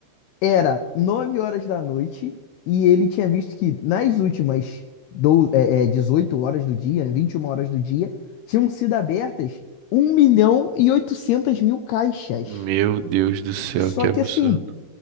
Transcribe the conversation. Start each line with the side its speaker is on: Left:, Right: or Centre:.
Left: era 9 horas da noite e ele tinha visto que nas últimas dou- é, é, 18 horas do dia, né, 21 horas do dia, tinham sido abertas um milhão e 800 mil caixas.
Right: Meu Deus do céu,
Left: Só
Right: que absurdo.
Left: que assim,